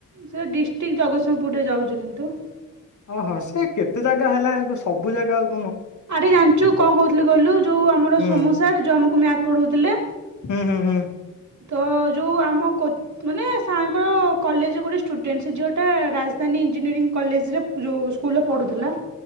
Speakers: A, on the right; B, on the left.
A: ସେ ଡିଷ୍ଟ୍ରିକ୍ଟ ଜଗତସିଂହପୁରରେ ଯାଉଛନ୍ତି। କିନ୍ତୁ
B: ଓହୋ ସେ କେତେ ଜାଗା ହେଲା ଆ ସବୁ ଜାଗା ଆ
A: ଆରେ ଜାଣିଛୁ କଣ କହୁଥିଲୁ କହିଲୁ ଯୋଉ ଆମର
B: ହୁଁ
A: ସୋମୁ ସାର ଯୋଉ ଆମକୁ ମ୍ୟାଥ ପଢଉଥିଲେ
B: ହୁଁ ହୁଁ ହୁଁ
A: ତ ଯୋଉ ଆମ ମାନେ ସାର୍ ଙ୍କର କଲେଜ ଗୋଟେ ଷ୍ଟୁଡେଣ୍ଟ ସେ ଝିଅଟା ରାଜଧାନୀ ଇଞ୍ଜିନିୟରିଂ କଲେଜରେ ଯୋଉ ସ୍କୁଲରେ ପଢୁଥିଲା।